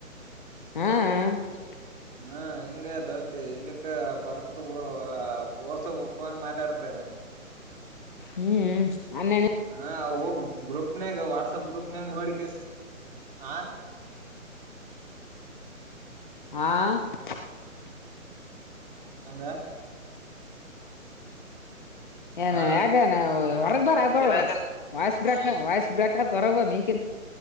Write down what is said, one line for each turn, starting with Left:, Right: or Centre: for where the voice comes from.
Left: ಹಾ <unintelligible>
Right: ಹಾ ಹಿಂಗ ಅದಐತಿ ಇಲ್ಲಿಕ್ಕ ಬರ್ತದ ಬಿಡ <unintelligible> <unintelligible> ಪ್ಪ ಒಂದು ಮಾತಾಡ್ತಾವೇ
Left: ಹ್ಮ್ ಅನ್ನಣ <unintelligible>
Right: ಹಾ ಗ್ರೂಪ್ ವಾಟ್ಸ್ಪ್ ಗ್ರೂಪ್ ಮಾಡ ಹ <unintelligible>
Left: ಹಾ <unintelligible>
Right: ಹಂಗ
Left: ಏನೇ
Right: ಹಾ
Left: ಯಾಗ ಹೊರ <unintelligible> ಬಕ ವಾಯ್ಸ್ ಬ್ರೇಕ ವಾಯ್ಸ್ ಬ್ರೇಕ ಬರಬ ಮೀಕ